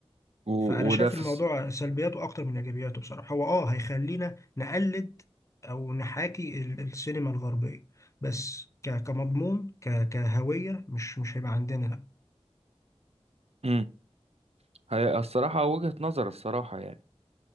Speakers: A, on the right; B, on the left.
A: و...
B: فأنا شايف
A: وده في
B: الموضوع
A: الس...
B: سلبياته أكتر من إيجابياته بصراحة هو آه هيخلينا نقلد أو نحاكي ال- السينما الغربية بس ك- كمضمون ك- كهوية مش مش هيبقى عندنا لا
A: مم. هي الصراحة وجهة نظر الصراحة يعني